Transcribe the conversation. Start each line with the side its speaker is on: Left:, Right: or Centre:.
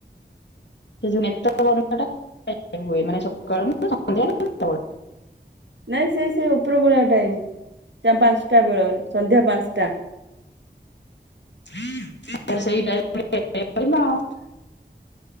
Left: ସେ <unintelligible>
Right: ନାଇଁ ସେ ସେ ଉପର ବେଳା ଟାଇମ ପାଞ୍ଚଟା ବେଳେ ସନ୍ଧ୍ୟା ପାଞ୍ଚଟା।
Left: <inaudible> ସେଇ ଟାଇ <unintelligible>